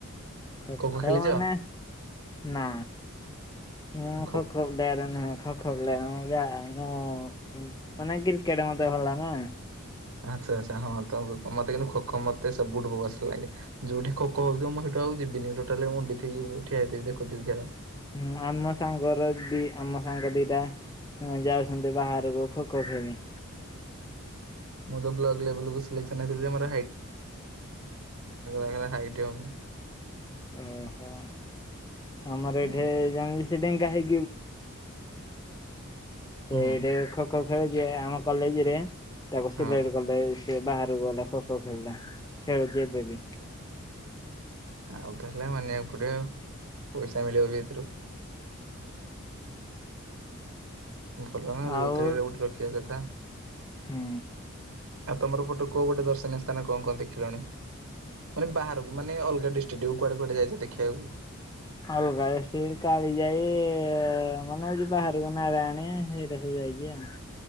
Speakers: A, on the left; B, on the right.
A: ଖ
B: ଖୋ ଖୋ
A: ଖ
B: ଖେଳିଛ?
A: ମାନେ ନା ମୁଁ
B: ଖୋ
A: ଖ ଖବ ନୁହେ ଖ <unintelligible> ମାନେ କ୍ରିକେଟ ମତେ ଭଲ ନା।
B: ଆଚ୍ଛା ଆଚ୍ଛା ହଁ ତ ମତେ କିନ୍ତୁ ଖୋ ଖୋ ମତେବୁଠୁୋକ ବସିଲ ଲାଗେ ଯୋଉଠି ଖୋ ହଉଥିବ। ମୁଁଇଠୁ ଆକୁ ଯିବିନି ଟୋଟାଲି ମୁଣ୍ଡିଥକି ଠିଆ, ହେଇଥି ଦେଖୁଥିବି ଖେଳ।
A: ହୁଁ ଆମ ସାଙ୍ଗର ଦି ଆମ ସାଙ୍ଗ ଦିଟା ଯାଉଛନ୍ତି, ବାହାରକୁ ଖୋ ଖୋ ଖେଳି।
B: ମୁଁ ତ ବ୍ଲ ଲଲ ଆର ହେଉନି <unintelligible>
A: ଓ ହୋ। ଆମର ଏଠି
B: ଏମିତି ଆଉ
A: ଜାଣିଲ ସେ ଡେଙ୍ଗା ହେଇକି। ସେଇଟି
B: ହୁଁ।
A: ଖୋ ଖୋ। ଖେଳଛି ଆମ କଲେଜ ରେ। ତାକୁ
B: ହଁ
A: ସିଲେଟ କଲେ। ସେ ବାହାରକୁ ଗଲା ଖୋ ଖୋ ଖେଳିଲା, ଖେଳୁଛି ଏବେ ବି।
B: ଆଉ ତା ହେଲେ ମାନିବାକୁ ପଡିବ ଆଉ। ପଇସା ମିଳିବ ବି ଏଥିରୁ। ଭଲ ନା ଯୋଉଥିରେ
A: ଆଉ
B: ହେଲେ ଗୋଟେ ରଖିବା କଥା।
A: ହୁଁ
B: ଆଉ ତମର ଫଟୋ କୋଉ ଗୋଟେ ଦର୍ଶନୀୟ ସ୍ଥାନ କଣ କଣ ଦେଖିଲାଣି ମାନେ ବାହାରକୁ ମାନେ ଅଲଗା ଡିଷ୍ଟ୍ରିକ୍ଟକୁ କୁଆଡେ କୁଆଡେ ଯାଇଛ ଦେଖିବାକୁ।
A: ଅଲଗା ଏଠି କାଳୀଜାଇ ମାନେ ହଉଛି ବାହାରକୁ ନାରାଆଣୀ, ସେଇଟା ସବୁ ଯାଇଛି ଆଉ।